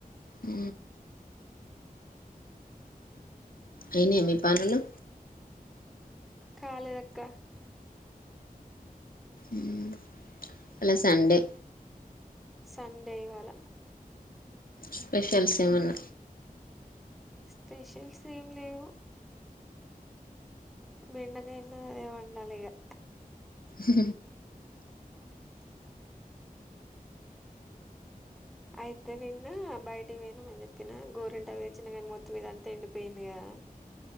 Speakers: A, on the left; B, in the centre.
A: అ అయినయ మీ పనులు
B: కాలే దక్క
A: ఇవాళ సండే
B: సండే ఇవాల
A: స్పెషల్స్ ఎమన్న
B: స్పెషల్స్ ఏం లేవు బెండకాయ ఉన్నది అదే వండాలిగా
A: స
B: అయితే నిన్న బయటకి పోయినం మని చెప్పిన గోరింటాకు తెచ్చిన కానీ మొత్తం ఇది అంత ఎండి పోయింది కదా